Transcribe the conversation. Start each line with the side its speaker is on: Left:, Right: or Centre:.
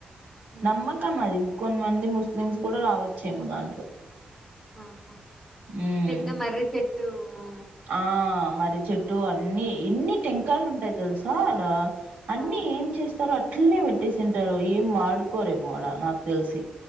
Centre: ఉహు
Right: నమ్మకం అది కొన్నిమంది ముస్లిమ్స్ కూడా రావచ్చేమో దాంట్లో
Centre: ఆహా
Right: ఉమ్
Centre: పెద్ద మర్రి చెట్టు ఉ
Right: ఆ మర్రి చెెట్టు అన్నిీ ఇన్ని టెంకాలు ఉంటాయి తెలుసా అలా అన్నీ
Centre: ఆ
Right: ఏం చేస్తారు అ అట్లనే పెట్టేసింటారు ఏం వాడుకోరేమో ఆడ నాకు తెలిసి